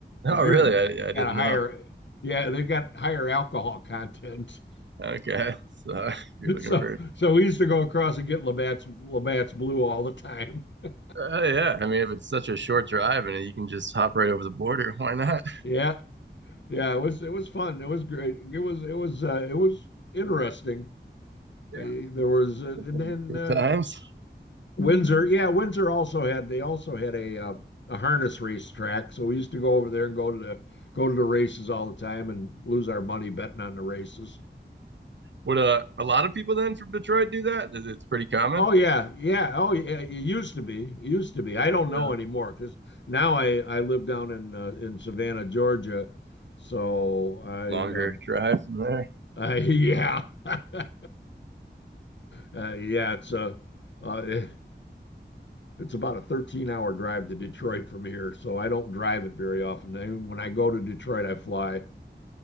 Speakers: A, on the right (about 75°); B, on the left (about 75°).
A: Oh,
B: The beer
A: really?
B: in Canada's
A: I, I didn't
B: got a higher
A: know.
B: yeah, they've got higher alcohol content. <laughs>
A: Okay, so <laughs> you're looking
B: So
A: for
B: so we used to go across and get Labatt's Labatt's Blue all the time. <laughs>
A: uh, yeah. I mean, if it's such a short drive and you can just hop right over the border, why not?
B: Yeah. Yeah, it was it was fun. It was great. It was it was uh, it was interesting.
A: Yeah,
B: Uh, there was uh,
A: <laughs>
B: and then
A: good
B: uh,
A: times.
B: Windsor, yeah, Windsor also had they also had a uh, a harness race track, so we used to go over there and go to the go to the races all the time and lose our money betting on the races.
A: Would uh, a lot of people then from Detroit do that? Is it's pretty common?
B: Oh yeah, yeah. Oh yeah, it used to be, it used to be. I don't know
A: A
B: anymore because now I I live down in uh, in Savannah, Georgia, so I
A: longer
B: uh,
A: drive from there.
B: I yeah <laughs> uh, yeah it's a uh, it's about a 13 hour drive to Detroit from here, so I don't drive it very often. I, when I go to Detroit, I fly.